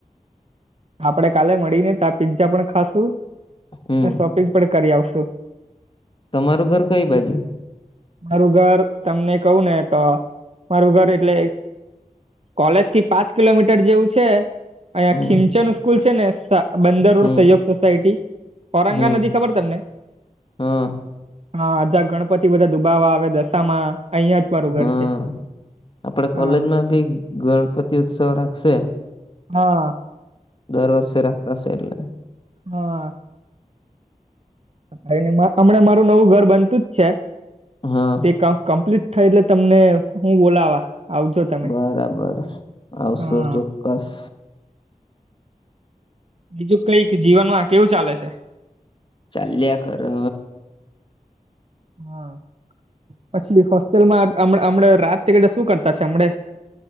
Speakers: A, on the right; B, on the left.
A: આપડે કાલે મળી ને તો આ પીઝા પણ ખાશું.
B: હમ
A: શોપિંગ પણ કરી આવશુ.
B: તમારું ઘર કઈ બાજુ.
A: મારું ઘર તમને કવું ને તો મારું ઘર એટલે. કોલેજ થી પાંચ કિલોમીટર જેવું છે અહિયાં
B: હમ
A: ખીમચો નું સ્કૂલ છે ને. બંદરડ
B: હમ
A: સહયોગ સોસાયટી ઔરંગા
B: હમ
A: નદી ખબર તમને.
B: હા
A: હા હજા ગણપતિ બધા દુબાવા આવે દશામાં. અહિયાં જ મારું ઘર
B: હા
A: છે
B: આપડે
A: હા
B: કોલેજમાં ભી ગણપતિ ઉત્સવ રાખશે.
A: હા.
B: દર વર્ષ રાખતાશે એલ્લે.
A: હા. હમણાં મારું નવું ઘર બનતું જ છે.
B: હા.
A: તે કમ્પ્લીટ થાય એટલે તમને હું બોલાવા. આવજો તમે
B: બરાબર આવશો
A: હા
B: ચોક્કસ.
A: બીજું કઈક જીવન માં કેવું ચાલે છે.
B: ચાલ્યા કરે.
A: હા પછી હોસ્ટેલમાં હમણા રાત શું કરતા છે અમણે.